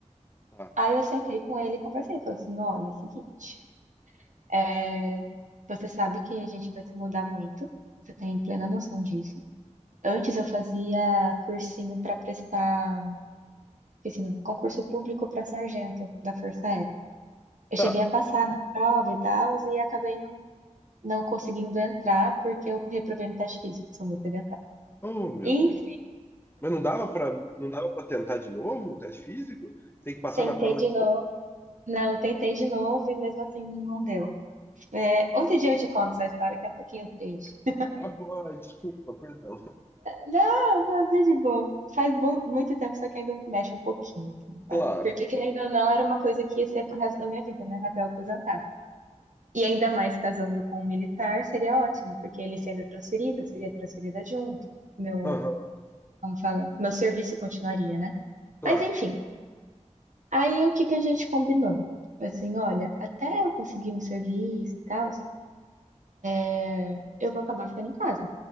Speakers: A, on the left; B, on the right.
A: tá.
B: Aí eu sentei com ele e conversei, falei assim, olha, é o seguinte, é, você sabe que a gente vai se mudar muito, você tem plena noção disso. Antes eu fazia cursinho para prestar Esqueci, não. Concurso público para sargento da Força Aérea. Eu
A: Tá.
B: cheguei a passar na prova e tal, e acabei não, não conseguindo entrar porque eu reprovei no teste físico, sou muito sedentária.
A: Oh, meu
B: Enfim,
A: Deus. Mas não dava para não dava para tentar de novo o teste físico? Tem que passar
B: tentei
A: na prova
B: de
A: de
B: novo.
A: novo?
B: Não, tentei de novo e mesmo assim não deu. É, outro dia eu te conto essa história que é um pouquinho triste. <laughs>
A: Tá bom, ai, desculpa, perdão. <laughs>
B: Não, não, tá de boa. Faz bu- muito tempo, só que ainda mexe um pouquinho, assim, sabe?
A: Claro.
B: Porque, querendo ou não, era uma coisa que ia ser pro resto da minha vida, né? Até eu aposentar. E ainda mais casando com um militar seria ótimo, porque ele sendo transferido, eu seria transferida junto. Meu,
A: Aham,
B: como fala? Meu serviço continuaria, né?
A: claro,
B: Mas enfim,
A: claro.
B: aí o que que a gente combinou? Foi Assim, olha, até eu conseguir um serviço e tal, é, eu vou acabar ficando em casa,